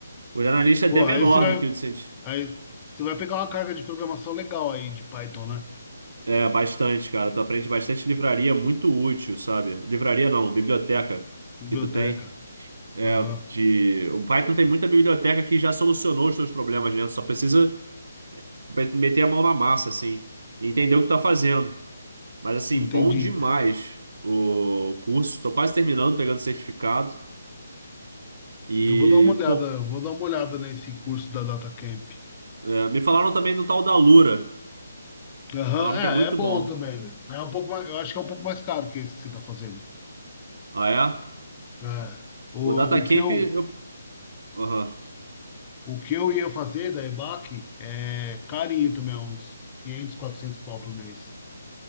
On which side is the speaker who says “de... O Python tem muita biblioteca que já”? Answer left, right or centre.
Right